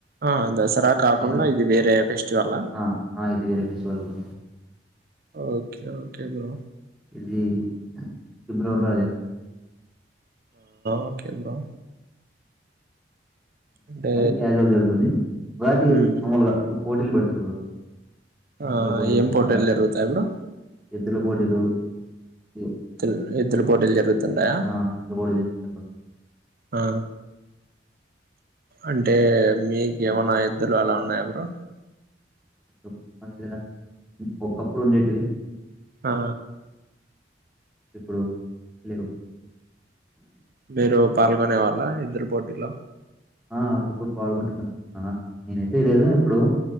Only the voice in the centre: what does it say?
జన
ఆ ఆ ఇది వేరే festival bro
ఇది ఫిబ్రవరిలో అజే
అరి క్యాజువల్ జరుగుతుంది ఒకటి
మామూలుగా పోటీలు పెడతారు
ఎద్దుల పోటీలు
అలా
ఎద్దుల పోటీలు ఈ
ఆ! ఇప్పుడు గూడా జరుగుతాయి బ్రో.
ప్పుడు మాన దగ్గర ఒకప్పుడు ఉండేటివి
ఇప్పుడు లేవు
ఆప్పుడు పాల్గొంటడు నేనుతేయలేదు ఎప్పుడు